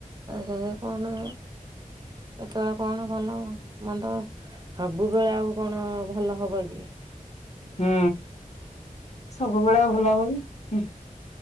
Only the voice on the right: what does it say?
ସେ କଣ କେତେବେଳେ କଣ ଭଲ ମନ୍ଦ? ସବୁବେଳେ ଆଉ କଣ ଭଲ ହବ କି?